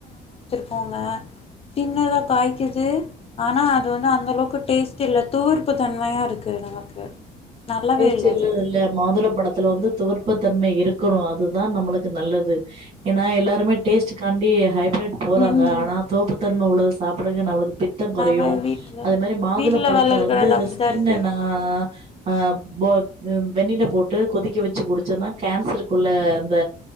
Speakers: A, on the left; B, on the right.
A: போங்க பின்னதா காய்க்குது ஆனா அது வந்து அந்த அளவுக்கு டேஸ்ட் இல்ல துவர்ப்பு தன்மையா இருக்கு நமக்கு நல்லாவே
B: பேசியல்
A: அது
B: இல்ல மாதுள பழத்துல வந்து
A: இல்ல
B: துவர்ப்பு தன்மை இருக்கணு அதுதான் நம்மளுக்கு நல்லது ஏன்னா எல்லாருமே டேஸ்ட் காண்டி ஹைப்ரிட் போறாங்க
A: ம்
B: ஆனா தோப்புத்தன்ம உள்ளத சாப்பிடுங்க நம்மளுக்கு பித்தம் கொறையு
A: நாம வீட்ல
B: அதே மாரி மாதுள
A: வீட்ல
B: பழத்த
A: வளர்க்கறது
B: வந்து அந்த
A: அப்டிதா
B: ஸ்கின்ன
A: இருக்கு
B: நா அ போத்து வெண்ணில போட்டு கொதிக்க வச்சு குடிச்சன்னா கேன்சருக்குள்ள அந்த